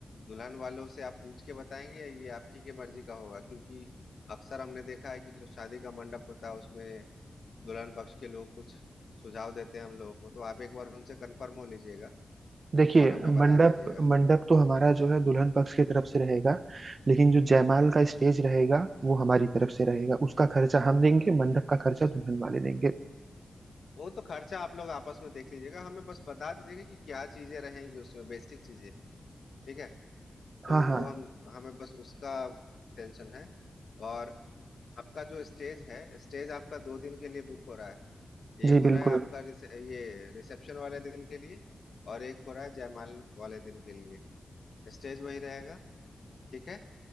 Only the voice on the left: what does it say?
दुल्हन वालों से आप पूछ के बताएंगे या ये आप ही के मर्जी का होगा क्योंकि अक्सर हमने देखा है कि जो शादी का मंडप होता है उसमें दुल्हन पक्ष के लोग कुछ सुझाव देते हैं हम लोगों को तो आप एक बार उनसे कंफर्म हो लीजिएगा
और हमें बता
दीजिएगा
अच्छा
वो तो खर्चा आप लोग आपस में देख लीजिएगा हमें बस बता दीजिएगा कि क्या चीजें रहेंगी उसमें बेसिक चीजें ठीक है तो
वो हम हमें बस उसका टेंशन है और आपका जो स्टेज है स्टेज आपका दो दिन के लिए बुक हो रहा है एक
हो
रहा है आपका रिसे, ये रिसेप्शन वाले दिन के लिए और एक हो रहा है जयमाल वाले दिन के लिए स्टेज वही रहेगा ठीक है